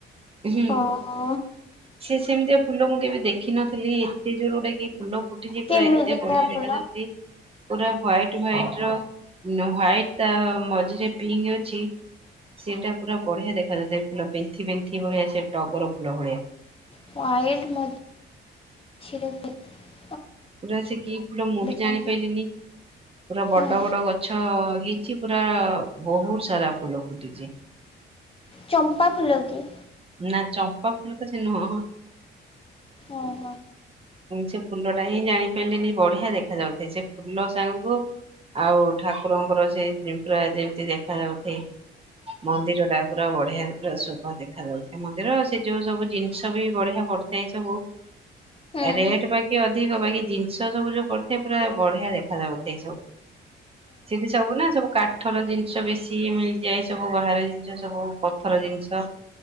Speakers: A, on the right; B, on the left.
A: ହୁଁ
B: ଓହୋ
A: ସେ ସେମିତିଆ ଫୁଲ ମୁଁ କେବେ ଦେଖିନଥିଲି, ଏତେ ଜୋର ଗୋ କି ଫୁଲ ଫୁ ଫୁଟିଚି, ପ୍ରାୟ
B: କେମିତିକା
A: ଏତେ ବଢିଆ
B: ଫୁଲ?
A: ଦେଖାଯାଉଛି। ପୁରା ହୁଆଇଟ, ହୁଆଇଟ, ର ହୁଆଇଟ ତା ମଝିରେ ପିଙ୍କ ଅଛି, ସେଟା ପୁରା ବଢିଆ ଦେଖାଯାଉଥାଏ, ଫୁଲ ପେନ୍ଥି, ପେନ୍ଥି ଭଳିଆ ସେ ଟଗର ଫୁଲ ଭଳିଆ
B: ହୁଆଇଟ ମଝ୍ ମଝିରେ ପିଙ୍କ
A: ପୁରା ସେ କି ଫୁଲ ମୁଁ ବି ଜାଣିପାଇଲିନି,
B: ଜାଣିନି।
A: ପୁରା ବଡ,
B: ହୁଁ
A: ବଡ ଗଛ ହେଇ ଛି, ପୁରା ବହୁତ ସାରା ଫୁଲ ଫୁଟିଛି।
B: ଚମ୍ପା ଫୁଲ କି?
A: ନା ଚମ୍ପା ଫୁଲ ତ ସେ ନୁହ
B: ଓହୋ।
A: ସେ ଫୁଲ ଟା ହିଁ ଜାଣିପାଇଲିନି, ବଢିଆ ଦେଖା ଯାଉଥାଏ, ଶୁଣିଛି ଫୁଲ ଟା ହିଁ ଜାଣି ପାରିଲିନି ବଢ଼ିଆ ଦେଖା ଯାଉଛି ସେ ଫୁଲ ସାଙ୍ଗକୁ ଆଉ ଠାକୁରଙ୍କର ସେ ଯେ ପୁରା ଯେମିତି ଦେଖା ଯାଉଥାଏ, ମନ୍ଦିର ଟା ପୁରା ବଢିଆ ପୁରା ଶୁଭା ଦେ ଦେଖ ଦେଖା ଯାଉଥାଏ, ମନ୍ଦିର ସେ ଯୋଉ ସବୁ ଜିନିଷ ବି ବଢିଆ ପଡିଥାଏ, ସବୁ
B: ହୁଁ।
A: ରେଟ ବାକି ଅ ଅଧିକ ବାକି ଜିନିଷ ସବୁ ଯୋଉ ପଡିଥାଏ, ପୁରା ବଢିଆ ଦେଖାଯାଉଥାଏ, ସବୁ ସେଠି ସବୁ ନା। ସବୁ କାଠର ଜିନିଷ ବେଶୀ ମିଳିଯାଏ, ସବୁ ବାହାର ଜିନିଷ ସବୁ ପଥର ଜିନିଷ